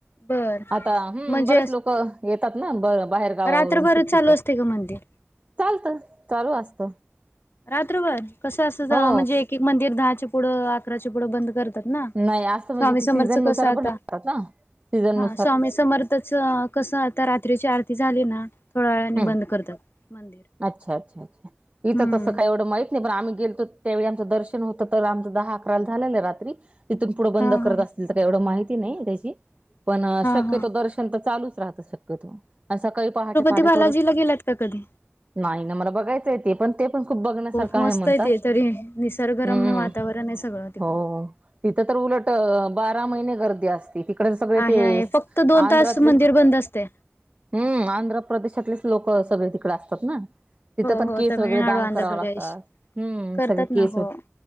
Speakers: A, on the left (about 55°); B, on the right (about 30°).
A: बर
B: आता हम्म,
A: म्हणजे
B: बरेच
A: असं
B: लोकं येतात ना ब बाहेर गावावरून
A: रात्रभर
B: सुट्टीचे
A: चालू असते का मंदिर
B: चालत, चालू असत.
A: रात्रभर? कसं अस म्हणजे
B: हो
A: एक एक मंदिर दहाचे पुढं, अकराचे पुढं बंद करत करतात ना.
B: नाही असं म्हणजे
A: स्वामी
B: ते
A: समर्थच
B: सीझन नुसार
A: कस आता.
B: पण राहतात ना सीझन
A: हा
B: नुसार
A: स्वामी समर्थच, कसं आता रात्रीची आरती झाली ना थोड्या वेळाने
B: हम्,
A: बंद करतात. मंदिर
B: अच्छा, अच्छा अच्छा इथं
A: हम्म
B: तसं काय एवढं माहीत नाही पण, आम्ही गेलतो त्यावेळी आमचं दर्शन होतं तर आमचं दहा अकराला झालेलं रात्री तिथून पुढं बंद
A: हा
B: करत
A: हा
B: असतील तर, काही एवढं माहिती नाही त्याची पण,
A: हा
B: शक्यतो
A: हा.
B: दर्शन तर चालूच राहतं शक्यतो अन सकाळी पहाटे पहाटे
A: ते बालाजीला
B: थोडं
A: गेलात का कधी? ते
B: नाही ना, मला बघायचं ते पण, ते पण खूप बघण्यासारखं
A: खूप मस्त
B: आहे म्हणतात.
A: ते तरी निसर्गरम्य
B: हम्,
A: वातावरण आहे सगळं तिकडं.
B: हो तिथं तर उलट बारा महिने गर्दी असते तिकड सगळे
A: आहे
B: तेच
A: आहे फक्त दोन
B: आंध्रातलेच
A: तास मंदिर बंद असते.
B: हम्म आंध्र प्रदेशातलेच लोक सगळे तिकडे असतात ना तिथं
A: हो
B: पण
A: हो
B: केस
A: तमिळनाडू
B: वगैरे दान
A: आंध्र
B: कराव
A: प्रदेश
B: लागतात हम्म
A: करतात
B: सगळे केस
A: ना हो.